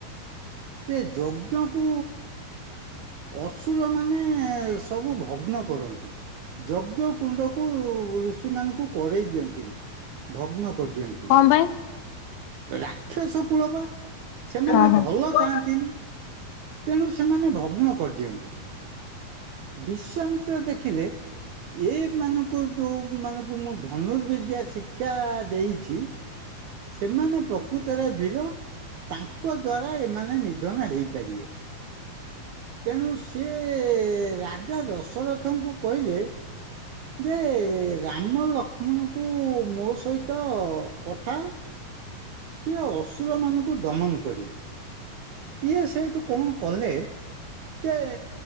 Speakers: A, on the right; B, on the left.
A: ସେ ଯଜ୍ଞକୁ ଅସୁର ମାନେ ସବୁ ଭଗ୍ନ କରନ୍ତି ଯଜ୍ଞ କୁଣ୍ଡକୁ ୠଷିମାନଙ୍କୁ କରେଇ ଦିଅନ୍ତିନି ଭଗ୍ନ କରିଦିଅନ୍ତି।
B: କଣ ପାଇଁ
A: ରାକ୍ଷସ କୂଳ ବା ସେମାନେ
B: ଓହୋ।
A: ଭଲ ଚାହାଁନ୍ତିନି। ତେଣୁ ସେମାନେ ଭଗ୍ନ କରିଦିଅନ୍ତି। ବିଶ୍ୱାମିତ୍ର ଦେଖିଲେ ଏଇ ମାନଙ୍କୁ ଯୋଉ ମାନଙ୍କୁ ମୁଁ ଧନୁର୍ବିଦ୍ୟା ଶିକ୍ଷା ଦେଇଛି ସେମାନେ ପ୍ରକୃତରେ ବୀର ତାଙ୍କ ଦ୍ଵାରା ଏମାନେ ନିଧନ ହେଇପାରିବେ। ତେଣୁ ସିଏ ରାଜା ଦଶ ଦଶରଥଙ୍କୁ କହିଲେ ଯେ ରାମ ଲକ୍ଷ ଲଷ୍ମଣଙ୍କୁ ମୋ ସହିତ ପଠାଅ ସିଏ ଅସୁରମାନଙ୍କୁ ଦମନ କରିବେ ଇଏ ସେଉଠୁ କଣ କଲେ ଯେ